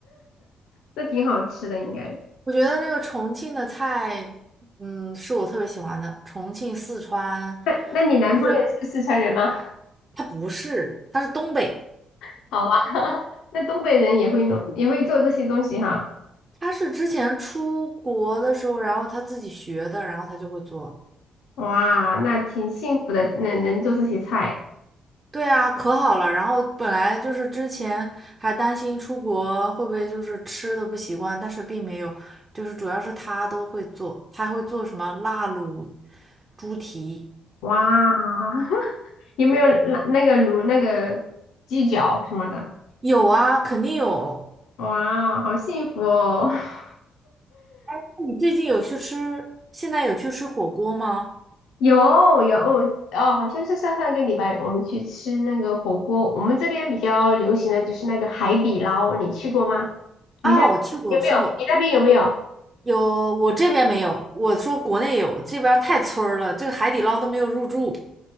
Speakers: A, on the left (about 85°); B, on the right (about 25°).
A: 那挺好吃的，应该。
B: 我觉得那个重庆的菜，嗯，是我特别喜欢的。重庆、四川，
A: 那那你男朋友是四川人吗？
B: 就是它不是，它是东北，
A: <laughs> 好吧，<laughs> 那东北人也会弄，也会做这些东西哈。
B: 它是之前出国的时候，然后他自己学的，然后他就会做。
A: 哇，那挺幸福的，能能做这些菜。
B: 对啊，可好了。然后本来就是之前还担心出国会不会就是吃的不习惯，但是并没有，就是主要是他都会做，他还会做什么辣卤猪蹄，
A: 哇，<laughs> 有没有那那个卤那个鸡脚什么的？
B: 有啊，肯定有。
A: 哇，好幸福哦。<laughs>
B: 那你最近有去吃，现在有去吃火锅吗？
A: 有有哦，好像是上上个礼拜我们去吃那个火锅，我们这边比较流行的就是那个海底捞，你去过吗？你那有没有？
B: 啊，我去过，我去过，
A: 你那边有没有？
B: 有，我这边没有，我说国内有，这边儿太村儿了，这个海底捞都没有入驻。